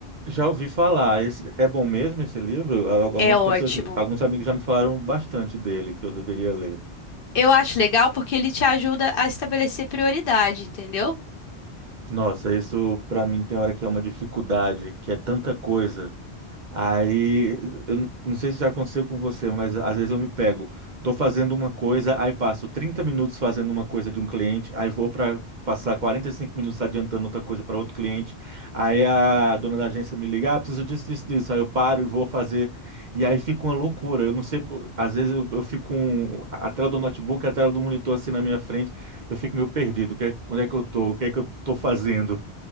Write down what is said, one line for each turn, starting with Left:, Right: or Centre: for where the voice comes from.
Right: Já ouvi falar. Esse- é bom mesmo esse livro? Al- Algumas
Left: É ótimo.
Right: pessoas, alguns amigos já me falaram bastante dele, que eu deveria ler.
Left: Eu acho legal porque ele te ajuda a estabelecer prioridade, entendeu?
Right: Nossa, isso para mim tem hora que é uma dificuldade, que é tanta coisa. Aí, eu não sei se já aconteceu com você, mas às vezes eu me pego, tô fazendo uma coisa, aí passo 30 minutos fazendo uma coisa de um cliente, aí vou para passar 45 minutos adiantando outra coisa para outro cliente. Aí a dona da agência me liga, ah, preciso disso, disso, disso. Aí eu paro e vou fazer. E aí fica uma loucura. Eu não sei, por- às vezes eu, eu fico com a tela do notebook, a tela do monitor assim na minha frente, eu fico meio perdido. O que é- onde é que eu tô? O que é que eu tô fazendo?